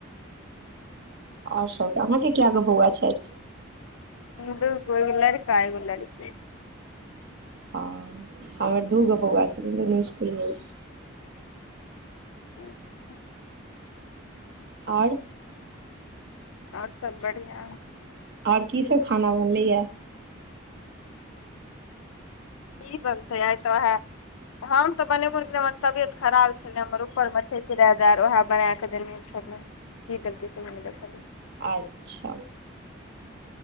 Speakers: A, on the right (about 55°); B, on the left (about 85°).
A: आओर सबके अहाँके कै गो बौआ छथि।
B: दुगो एगो लड़का एगो लड़की
A: हँ हमर दूगो बौआ छै दुनू स्कुल गेल छै।
B: <inaudible>
A: आओर
B: आओर सब बढ़ियाँ
A: आओर की सब खाना बनलेैये
B: की बनतै आय तऽ वैहे हम तऽ बनेबो नय हमर तबियत खराब छलै हमर ऊपर मे छै किरायेदार ओहे बना कऽ देने छलै की दलके सेहो नय देखलियै
A: अच्छा